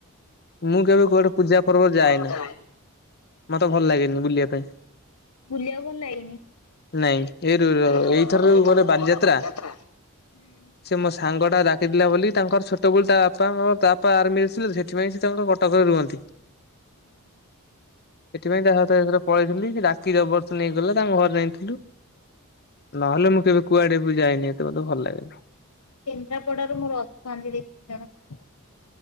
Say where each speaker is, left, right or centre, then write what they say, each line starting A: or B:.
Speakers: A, on the left; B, on the left.
A: ମୁଁ କେବେ କୁଆଡେ ପୂଜା ପର୍ବ ଯାଏନା
B: <inaudible>
A: ମତେ ଭଲ ଲାଗେନି ବୁଲିବା ପାଇଁ
B: ବୁଲିଆକୁ ଭଲ୍ ଲାଗେନି?
A: ନାଇଁ ଏଇ ରୁ ର
B: ବୋରିଂ।
A: ଏଇଥର ଯୋଉ ଗୋଲେ ବାଲିଯାତ୍ରା?
B: ହୁଁ।
A: ସେ ମୋ ସାଙ୍ଗଟା ଡାକିଥିଲା ବୋଲି ତାଙ୍କର ଛୋଟବେଳୁ ତା ବାପା ଫାପା ତା ବାପା ଆର୍ମିରେ ଥିଲେ ତ ସେଥିପାଇଁ ସେ ତାଙ୍କ କଟକରେ ରୁହନ୍ତି।
B: ହୁଁ।
A: ସେଥିପାଇଁ ତା ହାତରେ ଏଥର ପଳେଇଥିଲି ସେ ରାତିରେ ବର୍ଷ ନେଇକିଗଲା ତାଙ୍କ ଘରେ ଯାଇଁକି ଥିଲୁ। ନହେଲେ ମୁଁ କେବେ କୁଆଡେ ବି ଯାଇନି ଏତେ ମତେ ଭଲ୍ ଲାଗେନା।
B: କେନ୍ଦ୍ରାପଡାରୁ ମୋର ଅଛନ୍ତି ଦି ତିନି ଜଣ ସାଙ୍ଗ।